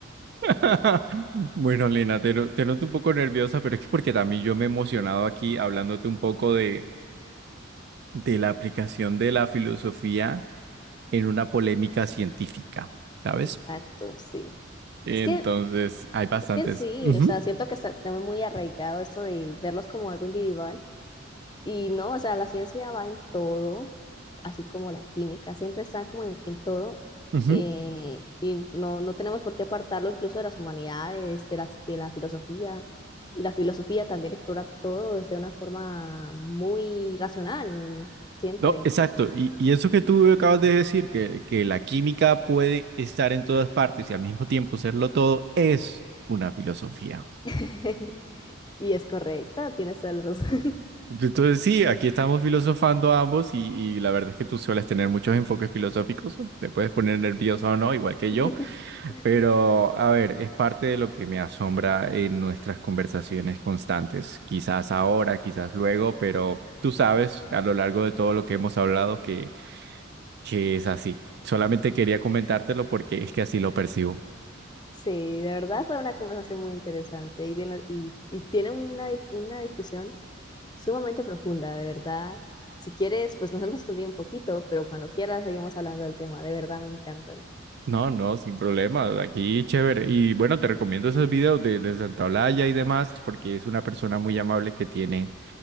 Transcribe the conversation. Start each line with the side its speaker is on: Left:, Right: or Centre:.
Right: <laughs> Bueno, Lina, te, no- te noto un poco nerviosa, pero es que porque también yo me he emocionado aquí hablándote un poco de, de la aplicación de la filosofía en una polémica científica,
Left: <laughs>
Right: ¿sabes?
Left: Exacto, sí.
Right: Entonces,
Left: Es que,
Right: hay bastantes.
Left: es que sí,
Right: Ujú,
Left: o sea, siento que está- tenemos muy arraigado esto de verlos como algo individual Y no, o sea, la ciencia va en todo, así como la química, siempre está como en, en todo.
Right: ujú.
Left: eh, y no, no tenemos por qué apartarlo incluso de las humanidades, de las, de la filosofía. Y la filosofía también explora todo desde una forma muy racional, siempre.
Right: No, exacto. Y, y eso que tú acabas de decir, que, que la química puede estar en todas partes y al mismo tiempo serlo todo, es una filosofía.
Left: <laughs> Y es correcto, tienes toda la razón.
Right: Entonces, sí, aquí estamos filosofando ambos y, y la verdad es que tú sueles tener muchos enfoques filosóficos. Te puedes poner nervioso o no, igual que
Left: <laughs>
Right: yo. Pero, a ver, es parte de lo que me asombra en nuestras conversaciones constantes. Quizás ahora, quizás luego, pero tú sabes a lo largo de todo lo que hemos hablado que que es así. Solamente quería comentártelo porque es que así lo percibo.
Left: Sí, de verdad fue una conversación muy interesante y tiene, y, y tiene una, dis- una discusión sumamente profunda, de verdad. Si quieres, pues nos hemos estudiado un poquito, pero cuando quieras seguimos hablando del tema, de verdad me encanta.
Right: No, no, sin problema. Aquí chévere. Y bueno, te recomiendo esos videos de, de Santa Olaya y demás, porque es una persona muy amable que tiene